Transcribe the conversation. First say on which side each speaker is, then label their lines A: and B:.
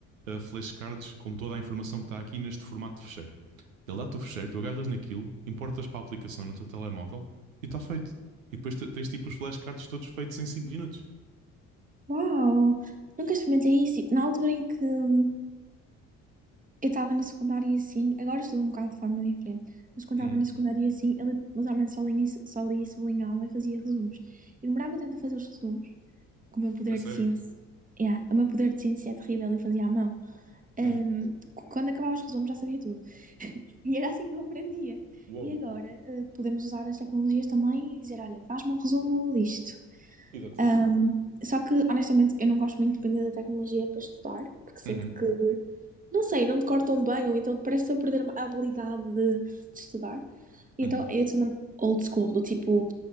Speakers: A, on the right; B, on the right.
A: ah, flashcards com toda a informação que está aqui neste formato de fecheiro. Ele dá-te o fecheiro, tu agarras naquilo, importas para a aplicação no teu telemóvel e está feito. E depois te- tens tipo os flashcards todos feitos em cinco minutos.
B: uau, nunca experimentei isso. Tipo, na altura em que hum, Eu estava na secundária e assim, agora estudo um bocado de forma diferente, mas quando
A: Uhum.
B: estava na secundária e assim, ele literalmente só lia, só lia, sublinhava e fazia resumos. E demorava tanto a fazer os resumos, que o meu poder
A: É sério?
B: de síntese, yeah, o meu poder de síntese é terrível e fazia à mão. Ahm,
A: Uhum.
B: qu- quando acabava os resumos já sabia tudo. <laughs> E era assim que eu aprendia.
A: Uou.
B: E agora, eh, podemos usar as tecnologias também e dizer, olha, faz-me um resumo disto.
A: Exatamente.
B: Um, só que, honestamente, eu não gosto muito de depender da tecnologia para estudar, porque sinto
A: Uhum.
B: que, não sei, não decoro tão bem, ou então parece que estou a perder a habilidade de, de estudar. Então,
A: Uhum.
B: eu sou uma old school, do tipo,